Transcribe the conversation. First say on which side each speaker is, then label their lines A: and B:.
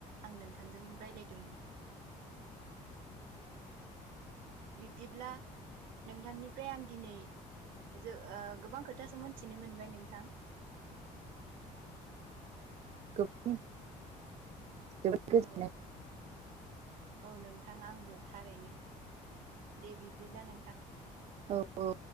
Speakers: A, on the right; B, on the right.
A: आं नोंथांजों रायज्लायदोंमोन बिब्दिब्ला नोंथांनिफ्राय आं दिनै ज गोबां खोथासो मिथिनो मोनबाय नोंथां
B: गोबां जोबोद
A: औ
B: गोजोन
A: औ नोंथां आंबो थारैनो दे बिब्दिब्ला नोंथां।
B: औ औ